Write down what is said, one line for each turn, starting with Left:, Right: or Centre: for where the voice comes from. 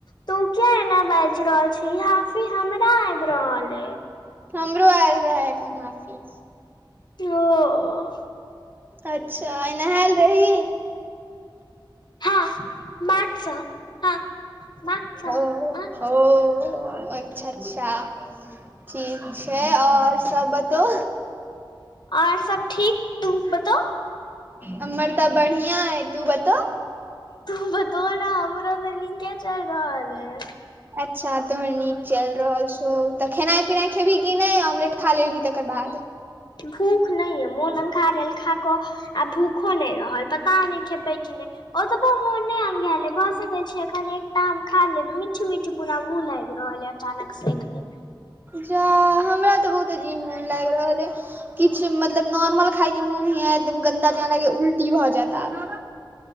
Left: तू किया एना बाजि रहल छी हाफि हमरा आबि रहल अइ।
Right: हमरो आयल रहै अखन हाफी।
Left: ओ।
Right: अच्छा आइ नहाल रही।
Left: हँ माथ सऽ, हँ। माछ
Right: ओ
Left: माछ
Right: ओ अच्छा अच्छा। ठीक छै और सब बतो।
Left: आओर सब ठीक तुम बताओ।
Right: हम्मर तऽ बढ़िआँ अय तू बतो।
Left: तू बतो ने हमरो त नीके चैल रहल अय।
Right: अच्छा तोहर नीक चैइल रहल छौ तऽ खेनाइ पिनाइ खेबही की नइ ऑमलेट खा लेलही तकर बाद।
Left: भूख नइ यऽ मोन अंघा गेल खा कऽ आ भूखो नइ रहल पता नइ खेबैय की नइ। ओतबो मोन नइ अंघाएल अय भऽ स अबैय छी अखन एकटा आम खा लेब, मीठ मीठ पुरा मुँह लागि रहल ए अचानक से अखने।
Right: जा हमरा तऽ बहुत अजीब मोन लागि रहल ए। किछु मतलब नॉर्मल खाय के मोन हैत एकदम गन्दा जना लगैय उल्टी भऽ जाएत आब।